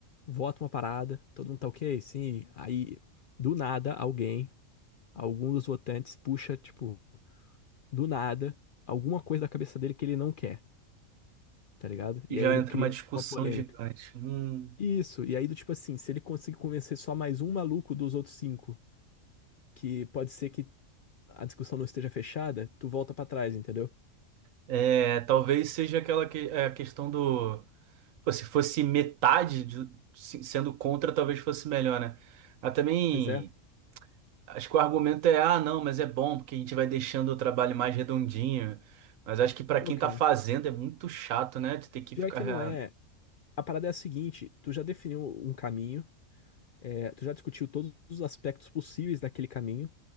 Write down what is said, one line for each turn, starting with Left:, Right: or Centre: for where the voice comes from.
Left: vota uma parada, todo mundo tá ok, sim. Aí, do nada, alguém, algum dos votantes, puxa, tipo, do nada, alguma coisa da cabeça dele que ele não quer, tá ligado?
Right: E
Left: E
Right: já
Left: aí ele
Right: entra
Left: cria
Right: uma discussão
Left: uma polêmica.
Right: gigante. Hum.
Left: Isso, e aí do tipo assim, se ele conseguir convencer só mais um maluco dos outros cinco, que pode ser que a discussão não esteja fechada, tu volta pra trás, entendeu?
Right: É, talvez seja aquela que, é, a questão do Pô, se fosse metade de- se- sendo contra, talvez fosse melhor, né? Mas também
Left: Pois é.
Right: acho que o argumento é, ah, não, mas é bom, porque a gente vai deixando o trabalho mais redondinho. Mas acho que pra
Left: Pô,
Right: quem
Left: cara.
Right: tá fazendo é muito chato, né? De ter que
Left: Pior
Right: ficar
Left: que não é.
Right: ah,
Left: A parada é a seguinte, tu já definiu um caminho, é, tu já discutiu todos os aspectos possíveis daquele caminho,